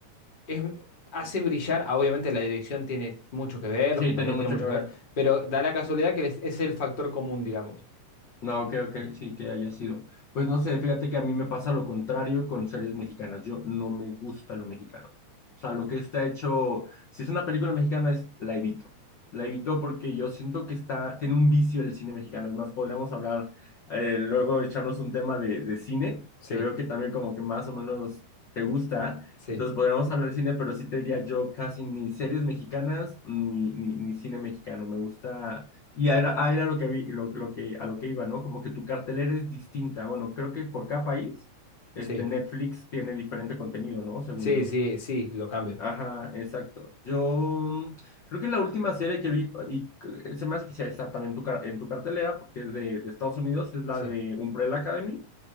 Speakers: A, on the left; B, on the left.
A: es, hace brillar, ah, obviamente la dirección tiene mucho que ver,
B: Sí,
A: los compañeros
B: tiene mucho
A: tienen mucho
B: que ver.
A: que ver, pero da la casualidad que les- es el factor común, digamos.
B: No, ok, ok, sí que haya sido. Pues no sé, fíjate que a mí me pasa lo contrario con series mexicanas. Yo no me gusta lo mexicano. O sea, lo que está hecho, si es una película mexicana, es la evito. La evito porque yo siento que está, tiene un vicio el cine mexicano. Es más, podríamos hablar, eh, luego echarnos un tema de, de cine,
A: Sí,
B: que veo que también como que más o menos te gusta.
A: sí,
B: Entonces podríamos hablar de cine, pero sí te diría yo casi ni series mexicanas ni, ni, ni cine mexicano. Me gusta y a- era, a- era lo que, vi- lo, lo que, a lo que iba, ¿no? Como que tu cartelera es distinta. Bueno, creo que por cada país, este,
A: sí,
B: Netflix tiene diferente contenido, ¿no? Según
A: sí,
B: yo.
A: sí, sí, lo cambio.
B: Ajá, exacto. Yo mm, creo que la última serie que vi, y que- se me hace que sea está también en tu, car- en tu cartelera, porque es de, de Estados Unidos, es la
A: Sí.
B: de Umbrella Academy.